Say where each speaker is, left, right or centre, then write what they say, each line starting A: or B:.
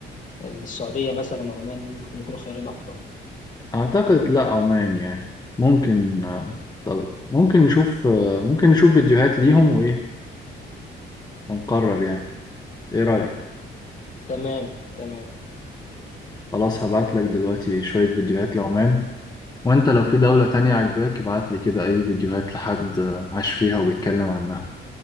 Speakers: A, on the left; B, on the left.
A: السعودية مثلا وعمان ممكن يكونوا خيارين أفضل
B: اعتقد لا عمان يعني ممكن آه، طب ممكن نشوف آه، ممكن نشوف فيديوهات ليهم وايه ونقرر يعني ايه رأيك
A: تمام تمام
B: خلاص هبعت لك دلوقتي شوية فيديوهات لعمان وانت لو في دولة تانية عجباك ابعت لي كده اي فيديوهات لحد آه، عاش فيها وبيتكلم عنها